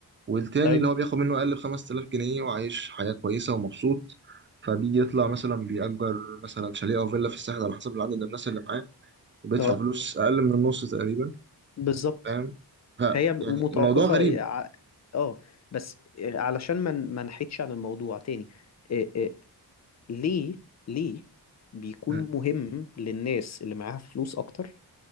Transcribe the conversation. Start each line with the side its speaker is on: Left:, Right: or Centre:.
Right: والتاني
Left: أيوه
Right: اللي هو بياخد منه أقل ب 5000 جنيه وعايش حياة كويسة ومبسوط فبيجي يطلع مثلا بيأجر مثلا شاليه أو فيلا في الساحل على حسب العدد الناس اللي معاه وبيدفع
Left: أه
Right: فلوس أقل من النص تقريبا
Left: بالظبط
Right: فاهم ف
Left: فهي متوقفة
Right: يعني الموضوع غريب
Left: إيه، ع- أه بس إيه، علشان ما ن- ما نحيدش عن الموضوع تاني إيه إيه ليه ليه بيكون
Right: مم.
Left: مهم للناس اللي معاها فلوس أكتر